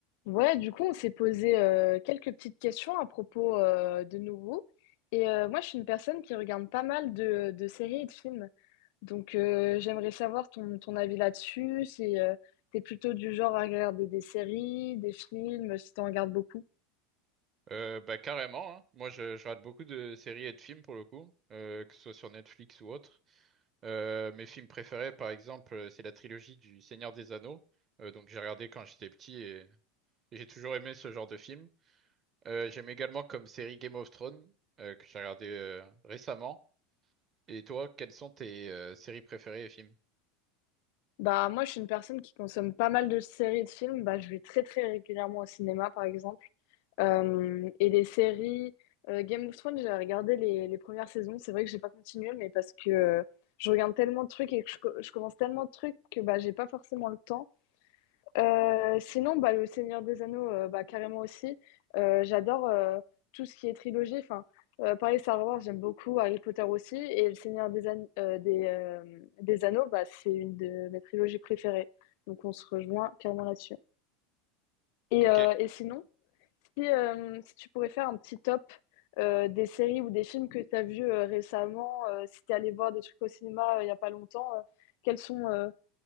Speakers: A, on the left (about 65°); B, on the right (about 30°).
A: Ouais, du coup, on s'est posé euh, quelques petites questions à propos euh, de nouveau. Et euh, moi, je suis une personne qui regarde pas mal de, de séries et de films. Donc, euh, j'aimerais savoir ton, ton avis là-dessus, si euh, t'es plutôt du genre à regarder des séries, des films, si t'en regardes beaucoup.
B: Euh, bah carrément, hein. Moi je, je rate beaucoup de séries et de films pour le coup, euh, que ce soit sur Netflix ou autre. Euh, mes films préférés par exemple, euh, c'est la trilogie du Seigneur des Anneaux. Euh, donc j'ai regardé quand j'étais petit et, et j'ai toujours aimé ce genre de film. Euh, j'aime également comme série Game of Thrones, euh, que j'ai regardé euh, récemment. Et toi, quelles sont tes euh, séries préférées et films?
A: Bah, moi, je suis une personne qui consomme pas mal de séries et de films. Bah, je vais très, très régulièrement au cinéma, par exemple. Euh, et les séries, euh, Game of Thrones, j'ai regardé les, les premières saisons. C'est vrai que j'ai pas continué, mais parce que euh, je regarde tellement de trucs et que je, co- je commence tellement de trucs que bah, j'ai pas forcément le temps. Euh, sinon, bah, le Seigneur des Anneaux, euh, bah, carrément aussi. Euh, j'adore euh, tout ce qui est trilogie. Enfin, euh, pareil, Star Wars, j'aime beaucoup, Harry Potter aussi. Et le Seigneur des, An- euh, des, euh, des Anneaux, bah, c'est une de mes trilogies préférées. Donc, on se rejoint carrément là-dessus. Et,
B: Ok.
A: euh, et sinon, si, euh, si tu pourrais faire un petit top euh, des séries ou des films que tu as vus euh, récemment, euh, si tu es allé voir des trucs au cinéma euh, il y a pas longtemps, euh, quels sont, euh,